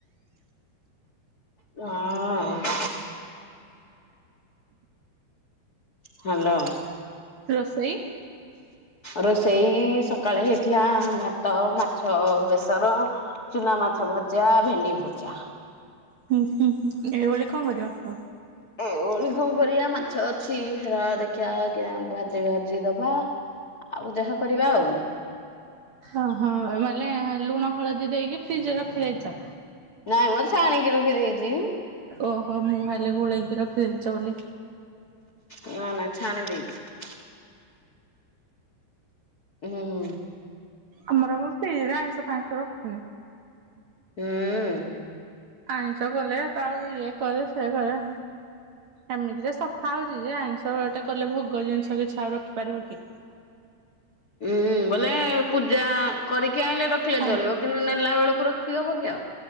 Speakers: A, on the left; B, on the right.
A: ହଁ। ହ୍ୟାଲୋ।
B: ରୋଷେଇ।
A: ରୋଷେଇ ସକାଳେ ହେଇଥିଲା ଭାତ ମାଛ ବେସର। ଚୁନା ମାଛ ଭଜା ଭେଣ୍ଡି ଭଜା।
B: ହୁଁ ହୁଁ ଏଇଭଳି କଣ କରିବା ଆଉ।
A: ଏଓଳି କଣ କରିବା ମାଛ ଅଛି ରହ ଦେଖିବା। ଭାଜି ଦେବା ଆଉ ଯାହା କରିବା ଆଉ।
B: ଓହୋ ମାନେ ଲୁଣ ହଳଦୀ ଦେଇକି ଫ୍ରିଜରେ ରଖିଦେଇଛ।
A: ନାଇମ ଛାଣିକି ରଖି ଦେଇଛିି।
B: ଓହୋ ମୁଁ ଭାବିଲି ଗୋଳେଇକି ରଖିଦେଇଛ ବୋଲି।
A: ନା ନା ଛାଣି ଦେଇଛି। ହୁଁ
B: ଆମର। ଫ୍ରିଜିରେ ଆାଇଁଶ ଫାଇଁଶ ରଖୁନି।
A: ହୁଁ।
B: ଆଇଁଷ କଲେ ଇଏ କରେ ସିଏ କରେ। ଏମିତିରେ ସଫା ହଉଛି ଯେ। ଆଇଁଷଟେ କଲେ ଭୋଗ ଜିନିଷ କିଛି ଆଉ ରଖିପାରିବ କି।
A: ଉଁ। ବୋଲେ ପୂଜା କରିକି ଆଣିଲେ ରଖିଲେ
B: ହଁ।
A: ଚଳିବ କିନ୍ତୁ ନେଲା ବେଳକୁ ରଖିକି ହବ କି ଆଉ।